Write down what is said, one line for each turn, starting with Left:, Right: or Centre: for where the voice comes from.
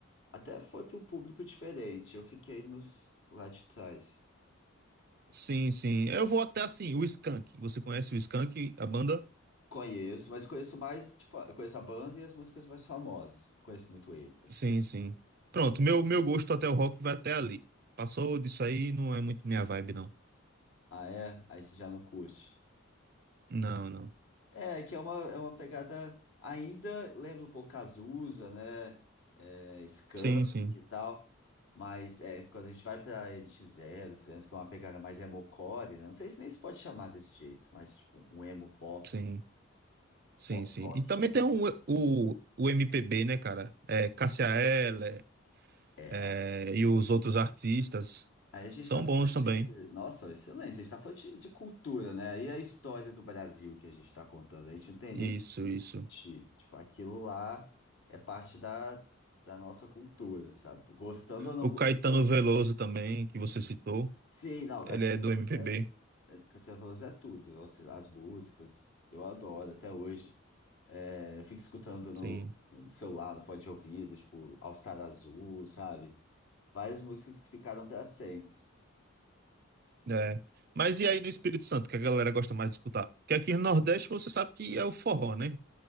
Left: até foi para um público diferente. Eu fiquei nos lá de trás.
Right: Sim, sim. Eu vou até assim, o Skank. Você conhece o Skank, a banda?
Left: Conheço, mas conheço mais, tipo, eu conheço a banda e as músicas mais famosas. Não Conheço muito eles, assim.
Right: Sim, sim. Pronto, meu, meu gosto até o rock vai até ali. Passou disso aí, não é muito minha vibe, não.
Left: Ah, é? Aí você já não curte.
Right: Não, não.
Left: É, que é uma, é uma pegada ainda, lembra um pouco Cazuza, né? É, Skank
Right: Sim, sim,
Left: e tal. Mas é, quando a gente vai para NX0, França, que é uma pegada mais emocore, né? Não sei se nem se pode chamar desse jeito, mas tipo um emo pop,
Right: sim. Sim,
Left: pop
Right: sim.
Left: rock
Right: E também
Left: emo.
Right: tem um, o, o MPB, né, cara? É, Cássia Eller,
Left: É.
Right: é, e os outros artistas
Left: Aí a gente
Right: são
Left: está falando
Right: bons também.
Left: de. Nossa, excelência, a gente está falando de, de cultura, né? Aí a história do Brasil que a gente está contando. A gente não tem nem.
Right: Isso,
Left: o que
Right: isso.
Left: discutir. Tipo, aquilo lá é parte da, da nossa cultura, sabe? Gostando ou não
Right: O
Left: gostando.
Right: Caetano Veloso também, que você citou,
Left: Sim, não, Caetano
Right: ele é do
Left: Veloso
Right: MPB,
Left: é, é, Caetano Veloso é tudo. Nossa, as músicas, eu adoro até hoje. É, eu fico escutando no,
Right: sim.
Left: no celular, no fone de ouvido, tipo, All Star Azul, sabe? Várias músicas que ficaram para sempre.
Right: É. Mas e aí no Espírito Santo, que a galera gosta mais de escutar? Porque aqui no Nordeste você sabe que é o forró, né?